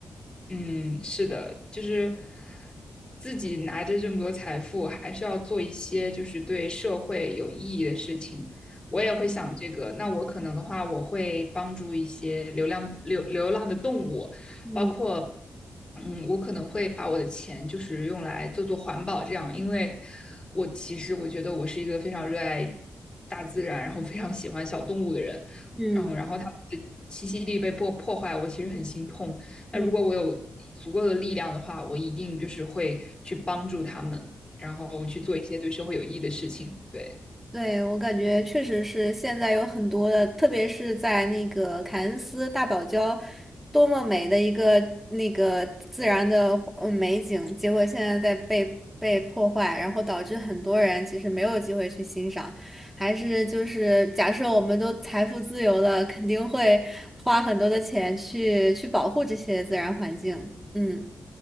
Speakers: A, on the left; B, in the centre.
A: 嗯，是的，就是自己拿着这么多财富，还是要做一些就是对社会有意义的事情。我也会想这个，那我可能的话，我会帮助一些流浪流流浪的动物，
B: 嗯
A: 包括，嗯，我可能会把我的钱就是用来做做环保这样，因为我其实我觉得我是一个非常热爱大自然，然后非常喜欢小动物的人，
B: 嗯。
A: 嗯，然后他们的栖息地被破破坏，我其实很心痛。那如果我有足够的力量的话，
B: 嗯。
A: 我一定就是会去帮助他们，然后去做一些对社会有益的事情。对，
B: 对，我感觉确实是现在有很多的，特别是在那个凯恩斯大堡礁，多么美的一个那个自然的呃美景，结果现在在被被破坏，然后导致很多人其实没有机会去欣赏。还是就是假设我们都财富自由了，肯定会花很多的钱去去保护这些自然环境。嗯，